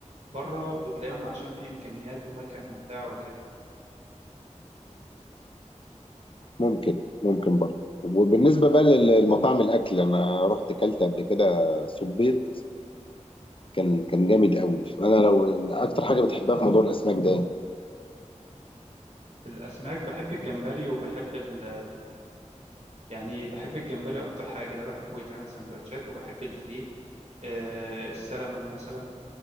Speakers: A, on the right (about 65°); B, on the left (about 45°).
A: بره بتلاقيهم عشان في امكانيات ومكان وبتاع وكده
B: ممكن ممكن برضه وبالنسبه بقى للمطاعم الاكل انا رحت اكلت قبل كده صبيت كان كان جامد قوي انا لو اكتر حاجه بتحبها في موضوع الاسماك ده
A: الاسماك بحب الجمبري وبحب ال يعني بحب الجمبري اكتر حاجه ده بحبه يتعمل سندوتشات وبحب الفيليه آه السلمون مثلا